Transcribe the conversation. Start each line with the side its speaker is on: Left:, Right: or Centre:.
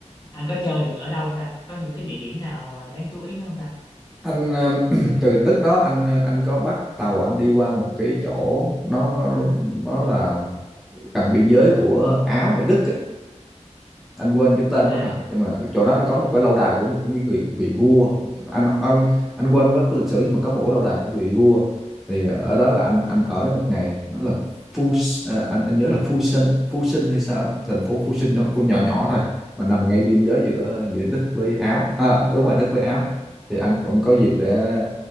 Left: anh có chơi được ở đâu không ta có những cái địa điểm nào ờ, đáng chú ý nữa không ta
Centre: anh um, <clears throat> từ Đức đó anh anh có bắt tàu anh đi qua một cái chỗ nó nó là gần biên giới của Áo và Đức anh quên cái tên
Left: à
Centre: mất rồi nhưng mà cái chỗ đó là có
Left: à
Centre: một cái lâu đài của một cái người vị vua anh anh anh quên mất cái lịch sử nhưng mà có một cái lâu đài của vị vua thì ở đó là anh anh ở đó một ngày nó là Phu à, anh anh nhớ là Phu Sinh Phu Sinh hay sao đó. thành phố Phu Sinh nó cũng nhỏ nhỏ thôi mà nằm ngay biên giới giữa giữa Đức với Áo à, đúng rồi Đức với Áo thì anh cũng có dịp để